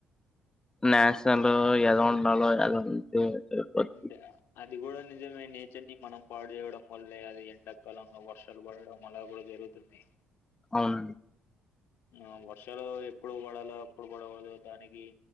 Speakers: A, on the left; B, on the left.
A: నాచురల్ ఎలా ఉండాలో ఎలా ఉంటే సరిపోద్ది
B: అంతే అది కూడా నిజమే నేచర్ ని మనం పాడు చేేయడం వల్లే అది ఎండాకాలంలో వర్షాలు పడడం అలా కూడా జరుగుతున్నయ్
A: అవు
B: ఆ వర్షాలు ఎప్పుడు పడాలో అప్పుడు పడకూడదు దానికి